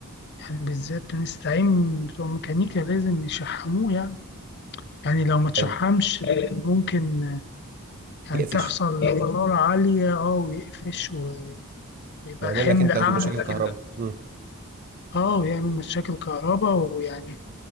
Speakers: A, on the left; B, on the right.
A: يعني بالذات بنستعين بتوع ميكانيكا لازم يشحموه يعني يعني لو ما تشحمش
B: حلو
A: ممكن يعني
B: يقفش
A: تحصل حرارة عالية اه ويقفش ويبقى
B: يعمل
A: الحمل
B: لك انت
A: أعلى
B: مشاكل كهرباء امم
A: اه ويعمل مشاكل كهرباء ويعني